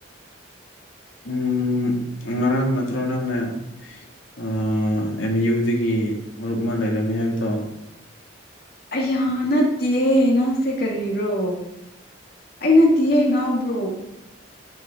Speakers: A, on the left (about 70°); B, on the left (about 50°).
A: ꯎꯝ ꯉꯔꯥꯡ ꯅꯠꯇ꯭ꯔꯣ ꯅꯪꯅ ꯑꯥ ꯑꯦꯝ ꯌꯨꯗꯒꯤ ꯃꯔꯨꯞ ꯑꯃ ꯂꯩꯔꯝꯃꯦ ꯍꯥꯏꯕꯗꯣ
B: ꯑꯩꯌꯥ ꯅꯠꯇꯦ ꯅꯪꯁꯦ ꯀꯔꯤꯔꯣ ꯑꯩ ꯅꯠꯇꯤꯌꯦ ꯉꯥꯎꯕ꯭ꯔꯣ